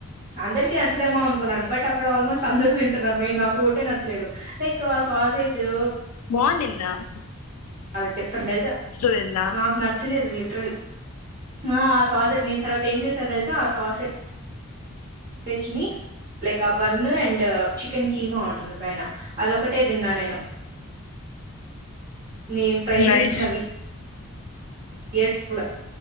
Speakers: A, on the right; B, on the left.
A: అందరికి నచ్చదేమో అనుకున్నాను బట్ అక్కడ ఆల్మోస్ట్ అందరూ తింటున్నారు మీేను నాకు ఒకటే నచ్చలేదు లైక్ పాసే బో
B: బన్లా <unintelligible>
A: అది డిఫరెంట్ నేచర్
B: ఉండిందా
A: నాకు నచ్చలేదు లిటరల్లి ఆ ఆ సావాస నేను తర్వాత ఏం చేసాను తెలుసా ఆ సావాస ష్ని <unintelligible> లైక్ ఆ బన్ను అండ్ చికెన్ కీమా ఉంటుంది పైన అది ఒకటే తిన్నా నేను నేను ట్రై చేసినవి
B: నైస్
A: ఏడు ఫుల